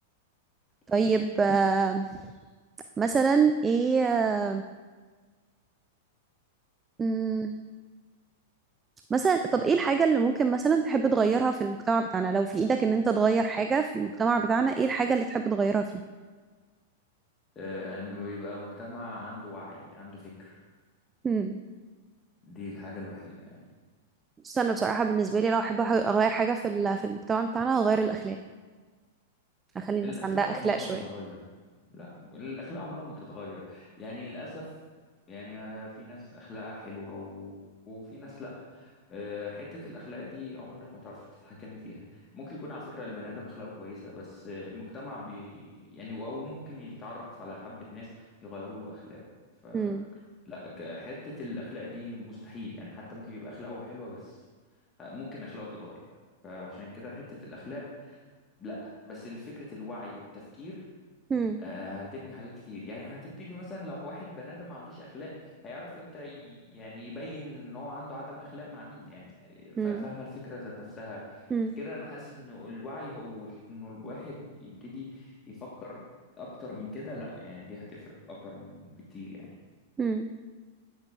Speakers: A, on the right (about 20°); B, on the left (about 25°).
A: طيب
B: طيب
A: آه، مثلا ايه آه، مم، مثلا طب ايه الحاجة اللي ممكن مثلا تحب تغيرها في المجتمع بتاعنا لو في ايدك ان انت تغير حاجة في المجتمع بتاعنا ايه الحاجة اللي تحب تغيرها فيه
B: آه، إنه يبقى مجتمع عنده وعي عنده فكر
A: مم.
B: دي الحاجة الوحيدة يعني
A: بص انا بصراحة بالنسبة لي لو احب أح- اغير حاجة في ال- في المجتمع بتاعنا هغير الاخلاق اخلي الناس
B: الأخلاق
A: عندها
B: عمرها
A: اخلاق شوية
B: ما تتغير لا الأخلاق عمرها ما تتغير يعني للأسف يعني آه، في ناس أخلاقها حلوة و... وفي ناس لا آه، حتة الأخلاق دي عمرك ما تعرفي تتحكمي فيها ممكن يكون على فكرة البني آدم أخلاقه كويسة بس آه، المجتمع بي... يعني أو ممكن يتعرف على حبة ناس يغيروا له أخلاقه فلا
A: مم.
B: ك- حتة الأخلاق دي مستحيل يعني حتى ممكن يبقى أخلاقه حلوة بس آه، ممكن أخلاقه تتغير فعشان كده حتة الأخلاق لا بس فكرة الوعي والتفكير
A: مم.
B: آه، هتبني حاجات كتير يعني هتبتدي مثلا لو واحد بني آدم ما عندوش أخلاق هيعرف امتى ي- يعني يبين ان هو عنده عدم أخلاق مع مين يعني آه،
A: مم.
B: ف- فاهمة الفكرة ذات نفسها
A: مم.
B: كده أنا حاسس إن الوعي هو إنه الواحد يبتدي يفكر أكتر من كده لا يعني دي هتفرق أكتر من بكتير يعني
A: مم.